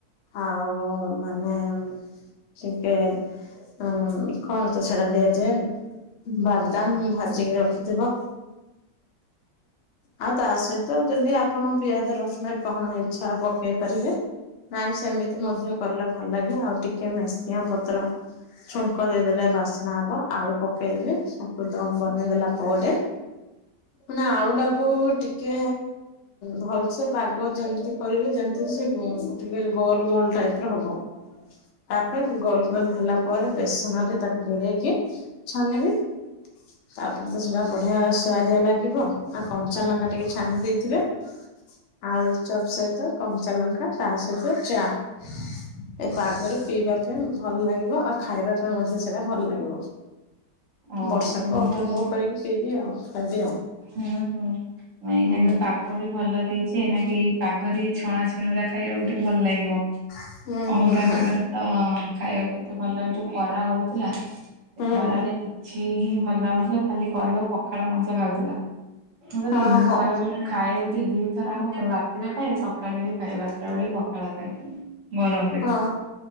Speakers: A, on the left; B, on the right.
A: ଆଉ ମାନେ ଟିକେ ହଁ କଣ ତୁ ସେଟା ଦିଆଯାଏ। ବାଦାମ ଭାଜିକି ରଖିଥିବ।
B: <inaudible>
A: ଆଉ ତା ସହିତ ଯଦି ଆପଣ ପିଆଜ ରସୁଣ କଣ ଇଚଛା ପକେଇ ପାରିବେ। ନାଇଁ ସେମିତି ମଧ୍ୟ କଲେ ଭଲ ଲାଗେ। ଆଉ ଟିକେ ମେସିଆ ପତ୍ର ଛୁଙ୍କ ଦେଇଦେଲେ ବାସ୍ନା ହବ। ଆଳୁ ପ ପେଇଦ ତାକୁ ଦମ ବନେଇଦଲା ପରେ ମାନ ଆଳୁଡା କୁ ଟିକେ ଭଲସେ ପାଗ ଯେମିତି କରିବେ ଯେମିତି ସେ ଟିକେ ଗୋଲ ଗୋଲ ଟାଇପ ର ହବ, ତାପରେ ଗୋଲ ଗୋଲ ହେଲା ପରେ ବେସନ ରେ ତାକୁ ବୁଡେଇକିଏ ଛାନିବି। ତାପରେ ତ ସେଟା ବଢିଆ ସୁଆଦିଆ ଲାଗିବ। ଆଉ କଞ୍ଚା ଲଙ୍କା ଟିକେ ଛାଣି ଦେଇଥିବେ। ଆଳୁଚପ୍ ସହିତ କଞ୍ଚା ଲଙ୍କା ତା ସହିତ ଚା। ଏ ପାଗରେ ପିଇବା ପାଇଁ ଭଲ ଲାଗିବ ଆଉ ଖାଇବା ପାଇଁ ମଧ୍ୟ ସେଇଟା ଭଲ ଲାଗିବ।
B: ଓହୋ
A: ବର୍ଷାକୁ ଉପପଭୋଗ
B: ଭଲ
A: କରିକି ପିଇବି ଆଉ ଖାଇବି ଆଉ।
B: ହୁଁ ହୁଁ ଏଇନାକ
A: ହୁଁ
B: ପାଗ ବି ଭଲ ଦେଇଛି ଏଇନାକି ଏଇ ପାଗରେ ଛଣା ଛୁଣ ଗୁରା ଖାଇବାକୁ ଟିକେ ଭଲ ଲାଗିବ।
A: ହୁଁ
B: ଅଲଗା
A: ହୁଁ ହୁଁ
B: ପାଗରେ ତ ଖାଇବାକୁ ଏତେ ଭଲ ଯୋଉ ଖରା ହଉ ଥିଲା ସେ
A: ହୁଁ
B: ଖରାରେ କିଛି ହିଁ ଭଲ ଲାଗୁନଥିଲା ଖାଲି କହିବ ପଖାଳ ମଣିଷ ଖାଉଥିଲା। ମୁଁ ତ
A: ହଁ
B: ତିନି
A: ହଁ
B: କହିଆକୁ ଗଲେ ଖାଏ ହଉଛି ଦିଥର ଆମ ରାତିରେ ଖାଏ ସକାଳେ ବି ଖାଏ, ବାରଟା ବେଳେ ବି ପଖାଳ ଖାଏ। ଗରମରେ
A: ହଁ।